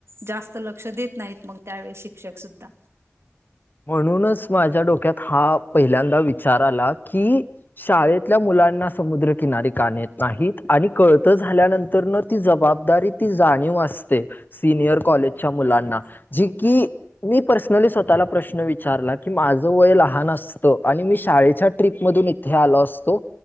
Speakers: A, on the right; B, on the left.
A: जास्त लक्ष देत नाहीत मग त्यावेळी शिक्षक सुद्धा.
B: म्हणूनच माझ्या डोक्यात हा पहिल्यांदा विचार आला की शाळेतल्या मुलांना समुद्रकिनारी का न्हेत नाहीत, आणि कळतं झाल्यानंतर ती जबाबदारी, ती जाणीव असते. सिनियर कॉलेजच्या मुलांना, जी की मी पर्सनली स्वतःला प्रश्न विचारला, की माझं वय लहान अस आणि मी शाळेच्या ट्र्रीप मधून इथे आलो असतो